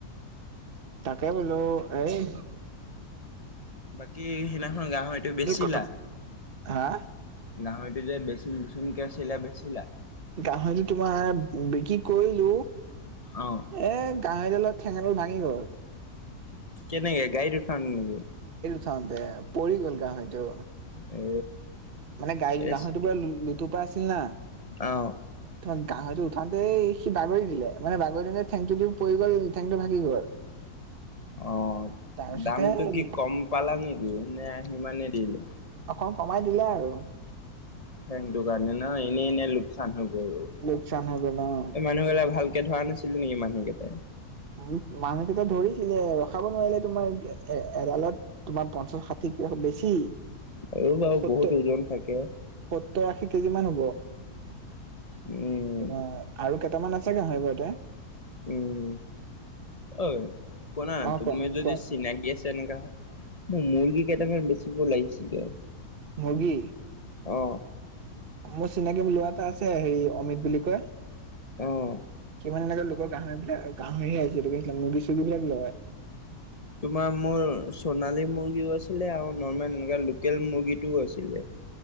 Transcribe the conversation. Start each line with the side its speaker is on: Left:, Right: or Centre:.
Right: তাকে বোলোখস্ক এই
Left: বাকী সেইদিনাখন গাহৰিটো এইটো বেচিলা
Right: এই কত হা
Left: গাহৰিটো যে বেচিম বেচিম কে আছিলা বেচিলা
Right: গাহৰিটো তোমাৰ বিক্ৰী কৰিলো
Left: অ
Right: এ গাহৰিডালত ঠেঙাডাল ভাঙি গ'ল
Left: কেনেকে গাড়ীত উঠাওঁ তে নেকি
Right: ওঠওঁতে পৰি গ'ল গাহৰিটো
Left: এ
Right: মানে গা,
Left: নেকি
Right: গাহৰিটো পুৰা লুতুপা আছিল না
Left: অ
Right: গাহৰিটো উঠাতে সি বাগৰি দিলে মানে, বাগৰি দিলে, ঠেংটো দি পৰি গ'ল ঠেংটো ভাগি গ'ল।
Left: অ,
Right: তাৰপিছতে
Left: দামটো কি কম পালা নেকি এনে সিমানেই দিলে।
Right: অকণ কমাই দিলে আৰু।
Left: সেইটো কাৰণে ন, এনে, এনে লোকচান হৈ গ'ল
Right: লোকচান হৈ অ
Left: মানুহবিলাক ভাল কে ধৰা নাছিলে নেকি, মানুহকেইটাই।
Right: উ, মানুহকেইটা ধৰিছিলে ৰখাব নোৱাৰিলে। তোমাৰ এ, এডালত তোমাৰ পঞ্চাশ, ষাঠিকে বেছি
Left: আৰু বাৰু
Right: সত,
Left: বহুত
Right: সত
Left: ওজন থাকে।
Right: সত্তৰ, আশী কেজি মান হ'ব। তোমাৰ
Left: উম
Right: আৰু বৰ্তামান আছে হয়, বাৰুতে
Left: উম, অ, শুনা
Right: অ
Left: তুমি
Right: কোৱা
Left: যদি
Right: কোৱা
Left: চিনাকি আছে তেনেকা মোৰ মুৰ্গী কেইটামান বেচিব লাগিছিলে।
Right: মুৰ্গী
Left: অ
Right: মোৰ চিনাকি ল'ৰা এটা আছে হেৰি অমিত বুলি কয়।
Left: আহ।
Right: কিমানকে লোকৰ গাহৰিবিলাক গাহৰি আহিছেকে মুৰ্গী, চৰ্গী বিলাক লয়।
Left: তোমাৰ মোৰ সোণালী মুৰ্গীও আছিলে আৰু নৰ্মেল এনে লোকেল মুৰ্গীটোও আছিলে।